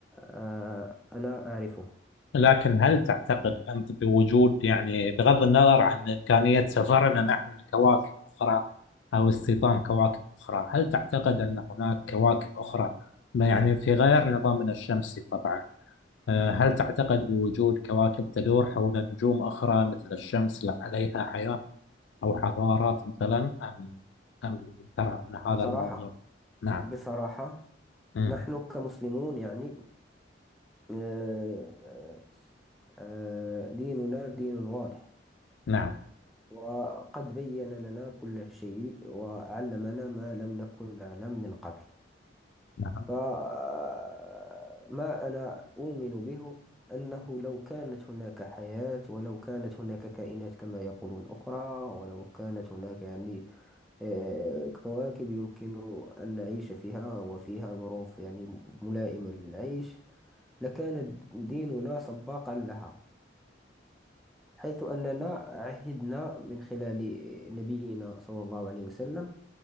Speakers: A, in the centre; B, on the left (about 75°).
A: آه، أنا أعرفه
B: لكن هل تعتقد أنت بوجود يعني بغض النظر عن إمكانية سفرنا نحن لكواكب أخرى أو استيطان كواكب أخرى هل تعتقد أن هناك كواكب أخرى ما يعني في غير نظامنا الشمسي طبعا آه، هل تعتقد بوجود كواكب تدور حول نجوم أخرى مثل الشمس لا عليها حياة أو حضارات مثلا أم أم ترى أن
A: بصراحة
B: هذا الموضوع نعم
A: بصراحة
B: مم.
A: نحن كمسلمون يعني آه، آه، آه، ديننا دين واضح
B: نعم
A: وقد بين لنا كل شيء وعلمنا ما لم نكن نعلم من قبل
B: نعم
A: فما أنا أؤمن به أنه لو كانت هناك حياة ولو كانت هناك كائنات كما يقولون أخرى ولو كانت هناك يعني آه، كواكب يمكن أن نعيش فيها وفيها ظروف يعني ملائمة للعيش لكان ديننا سباقا لها حيث أننا عهدنا من خلال نبينا صلى الله عليه وسلم